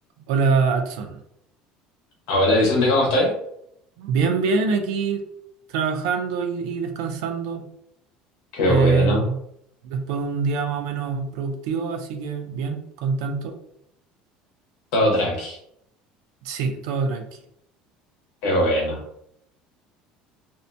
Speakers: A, on the right; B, on the left.
A: Hola, Adson.
B: Hola Vicente, ¿cómo estáis?
A: Bien, bien, aquí trabajando y, y descansando.
B: Qué
A: eh,
B: bueno,
A: después de un día más o menos productivo, así que bien, contento.
B: todo tranqui,
A: Sí, todo tranqui.
B: qué bueno.